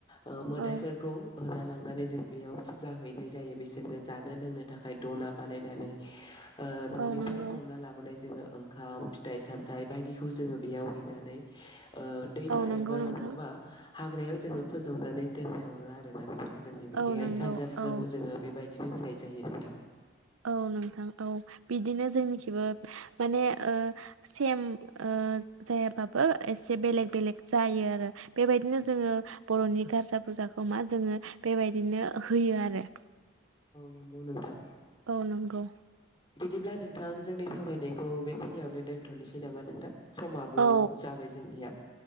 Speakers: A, on the left; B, on the right.
A: ओ मोदायफोरखौ
B: औ
A: होना लांनानै जों बेयाव फुजा हैनाय जायो बिसोरनो जानो लोंनो थाखाय दना बानायनानै ओ न'निफ्राय
B: औ नंगौ
A: संना लाबोनाय जोङो ओंखाम फिथाइ सामथाइ बायदिखौ जोङो बेयाव हैनानै ओ दैमा
B: औ नंगौ
A: एबा
B: नोंथां
A: नङाबा हाग्रायाव जोङो फोजौनानै दोननायहरो आरोना नों जोंनि बिदिहाय
B: औ नंगौ
A: गारजा फुजाखौ
B: औ
A: जोङो बेबायद दिनो होनाय जायो नोंथां।
B: औ नोंथां औ बिदिनो जोंनिखिबो माने ओ सेम ओ जायाबाबो एसे बेलेग बेलेग जायो आरो बेबायदिनो जोङो बर'नि गारजा फुरजाखौ मा जोङो बेबायदिनो होयो आरो।
A: नंगौ औ नोंथां।
B: औ नंगौ
A: बिदिब्ला नोंथां जोंनि सावरायनायखौ बेखिनियावनो दोनथ'नोसै नामा नोंथां समाबो
B: औ
A: जाबाय जोंनिया?